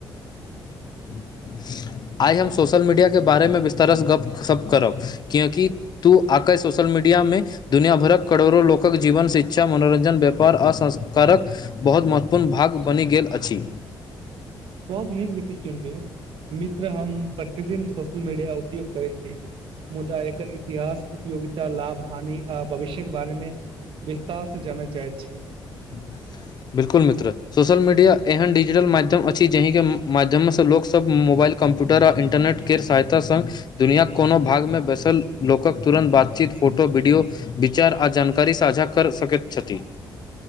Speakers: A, on the left; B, on the right.
A: <inaudible> आइ हम सोशल मीडिया के बारेमे विस्तारसँ गपशप करब कियकि तू आकई सोशल मीडिया डिया मे दुनिया भरक करोड़ो लोकक जीवन शिक्षा मनोरञजन व्यापार आ संस्कारक बहुत महत्वपूर्ण भाग बनि गेल अछि
B: बहुत नीक विषय चुनलियय मित्र हम प्रतिदिन सोशल मीडिया उपयोग करैत छी मुदा एकर इतिहास उपयोगितता लाभ हानि आ भविष्यके बारेमे विस्तार सँ जान चाह छी
A: <inaudible> बिल्कुल मित्र सोशल मीडिया एहन डिजिटल माध्यम अछि जहि के माध्यमसँ लोकसभ मोबाइल कम्प्यूटर आ इंटरनेट केर सहायता सग दुनियाक कोनो भागमे बैसल लोकक तुरन्त बातचीत फोटो वीडियो विचार आ जानकारी साझा कर सकैत छथि